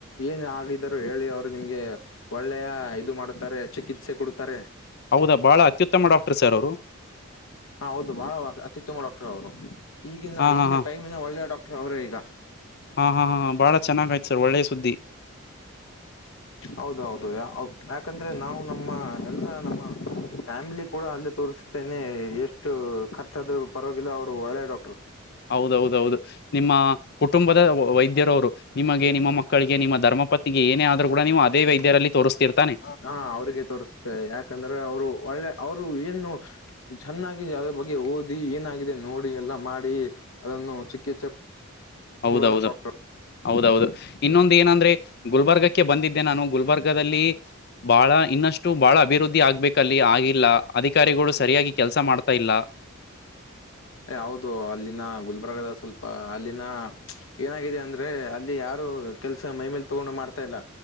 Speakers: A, on the left; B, on the left.
A: ಏನ್ ಆಗಿದ್ದರು ಹೇಳಿ ಅವ್ರು ನಿಮ್ಗೆ ಒಳ್ಳೆಯ ಇದು ಮಾಡುತ್ತಾರೆ ಚಿಕಿತ್ಸೆ ಕೊಡುತ್ತಾರೆ.
B: ಹೌದಾ ಬಾಳ ಅತ್ಯುತ್ತಮ ಡಾಕ್ಟರ್ ಸರ್ ಅವರು
A: ಹಾ ಹೌದು ಬಾಳ ಅತ್ಯುತ್ತಮ ಡಾಕ್ಟರ್ ಅವ್ರು ಈಗಿನ
B: ಹಾ
A: ಈಗಿನ
B: ಹಾ ಹಾ
A: ಟೈಮೀನ ಒಳ್ಳೆ ಡಾಕ್ಟರ್ ಅವರೇ ಈಗ
B: ಹಾ ಹಾ ಹಾ ಬಾಳ ಚೆನ್ನಾಗ ಆಯ್ತ ಸರ್ ಒಳ್ಳೆ ಸುದ್ದಿ
A: ಹೌದೌದು ಅವ್ ಯಾಕಂದ್ರೆ ನಾವು ನಮ್ಮ ಎಲ್ಲಾ ನಮ್ಮ ಫ್ಯಾಮಿಲಿ ಕೂಡ ಅಲ್ಲೇ ತೋರಿಸತೇನೆ ಎಷ್ಟು ಖರ್ಚಾದ್ರೂ ಪರವಾಗಿಲ್ಲ ಅವ್ರು ಒಳ್ಳೆ ಡಾಕ್ಟರ್
B: ಹೌದೌದೌದ ನಿಮ್ಮಾ ಕುಟುಂಬದ ವೈದ್ಯರವರು ನಿಮಗೆ ನಿಮ್ಮ ಮಕ್ಕಳಿಗೆ ನಿಮ್ಮ ಧರ್ಮ ಪತ್ ತ್ನಿಗೆ ಏನೇ ಆದ್ರು ಕೂಡ ನೀವು ಅದೇ ವೈದ್ಯರಲ್ಲಿ ತೋರಿಸ್ತಿರ್ತಾನೆ
A: ಹಾ ಅವ್ರರಿಗೆ ತೋರಿಸತು ತ್ತೆ ಯಾಕಂದ್ರೆ ಅವ್ರು ಒಳ್ಳೆ ಅವರು ಏನು ಚೆನ್ನಾಗಿ ಅದ್ರ ಬಗ್ಗೆ ಓದಿ ಏನಾಗಿದೆ ನೋಡಿ ಎಲ್ಲಾ ಮಾಡಿ ಅದನ್ನು ಚಿಕಿತ್ಸೆ
B: ಹೌದೌದ
A: ಕೊಡುವ ಡಾಕ್ಟರ್
B: ಹೌದೌದ ಇನ್ನೊಂದ ಏನಂದ್ರೆ ಗುಲ್ಬರ್ಗಕ್ಕೆ ಬಂದಿದ್ದೆ ನಾನು ಗುಲ್ಬರ್ಗದಲ್ಲಿ ಬಾಳಾ ಇನ್ನಷ್ಟು ಬಾಳ ಅಭಿವೃದ್ಧಿ ಆಗ್ಬೇಕಲ್ಲಿ ಆಗಿಲ್ಲ ಅಧಿಕಾರಿಗಳು ಸರಿಯಾಗಿ ಕೆಲ್ಸ ಮಾಡ್ತಾ ಇಲ್ಲ.
A: ಎ ಹೌದು ಅಲ್ಲಿನ ಗುಲ್ಬರ್ಗದ ಸ್ವಲ್ಪ ಅಲ್ಲಿನ ಏನಾಗಿದೆ ಅಂದ್ರೆ ಅಲ್ಲಿ ಯಾರು ಕೆಲ್ಸಾ ಮೈಮೇಲ್ ತಗೊಂಡು ಮಾಡ್ತಾ ಇಲ್ಲ